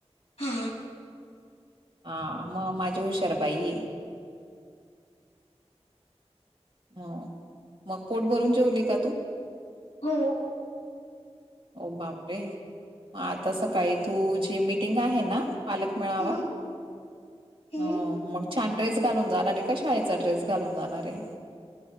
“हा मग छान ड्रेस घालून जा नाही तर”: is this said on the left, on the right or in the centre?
Right